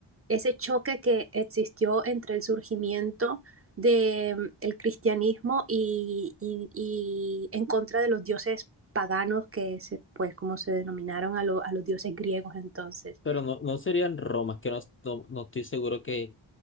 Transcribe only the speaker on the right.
ese choque que existió entre el surgimiento del el cristianismo y, y, y, en contra de los dioses paganos, que se, pues como se denominaron a, lo, a los dioses griegos entonces.